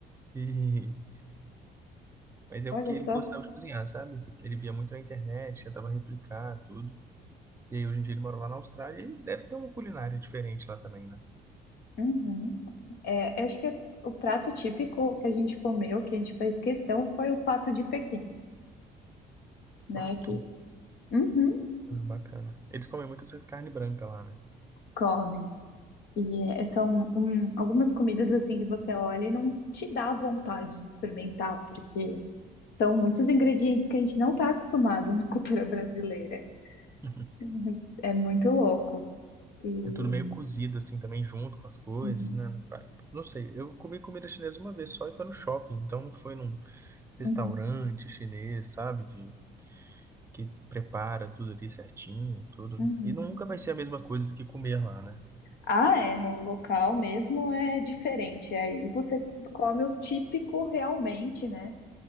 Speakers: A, on the right; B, on the left.
A: e mas é
B: Olha
A: porque ele
B: só.
A: gostava de cozinhar, sabe? Ele via muito na internet, tentava replicar tudo. E aí hoje em dia ele mora lá na Austrália e deve ter uma culinária diferente lá também, né?
B: Uhum. É, eu acho que o prato típico que a gente comeu, que a gente fez questão, foi o pato de Pequim, né?
A: Pato?
B: Que Uhum,
A: Ah, bacana. Eles comem muito essa carne branca lá, né?
B: comem. E é, são um, algumas comidas assim que você olha e não te dá vontade de experimentar, porque São muitos ingredientes que a gente não está acostumado na <laughs> cultura brasileira.
A: <laughs>
B: Uhum. É muito louco. E...
A: É tudo meio cozido assim também junto com as coisas,
B: uhum,
A: né? Pa- Não sei, eu comi comida chinesa uma vez só e foi no shopping, então não foi num restaurante
B: uhum,
A: chinês, sabe? De que prepara tudo ali certinho, tudo.
B: uhum.
A: E nunca vai ser a mesma coisa do que comer lá, né?
B: Ah, é, no local mesmo é diferente. Aí você come o típico realmente, né?